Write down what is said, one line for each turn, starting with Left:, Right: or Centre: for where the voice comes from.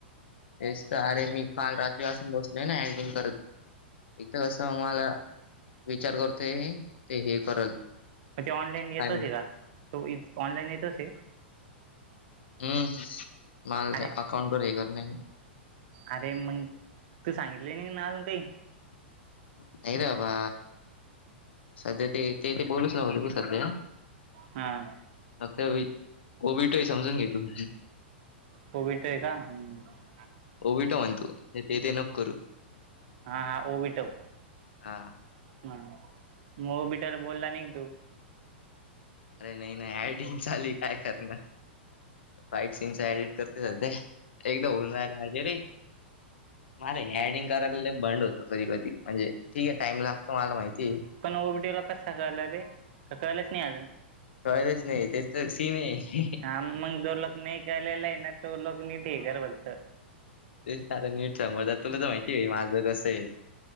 Left: तेच तर अरे मी काल रात्री वासून बसल ना ऍक्टिंग करत. एक तर कसं मला विचार करतो ते हे करल.
Right: म्हणजे ऑनलाईन येतोच
Left: काय
Right: का तो ऑनलाईन येतोस.
Left: हम्म माल
Right: अरे
Left: अकाउंटर हे कर नाही ना,
Right: अरे मग तू सांगितले ना ना अजून काही,
Left: नाही राबा सध्या ते ते ते बोलूच नव्हत सध्या,
Right: हम्म
Left: फक्त कोविडही समजून घेतो.
Right: कोविट आहे का ह्,
Left: होीट म्हणतू ते ते नक् करू,
Right: हा हा विीटव
Left: हा
Right: हा... <unintelligible> बोलला नई तू
Left: अरे नई नई, ऍडिंग चालू ए काय करणार? फाईट सीनचा एडिट करते सध्या, एकदा होऊन राहिला हजेरीे मला हे एडिंग करायला लई बंड होतो कधी कधी, म्हणजे ठीक ए... टाइम लागतो मला माहितीये
Right: पण ओबीटीओला कसा काय <unintelligible> बे... का कळलच नाई अजून
Left: कळलच नाई... तेच तर सीन ए... हे हे
Right: हा... मग जो लुक नई केलेलं हे ना, तो लूक नीट हे कर फक्त
Left: तेच सारं नीट समजतात, तुला तर माहितीये माझं कसं ए...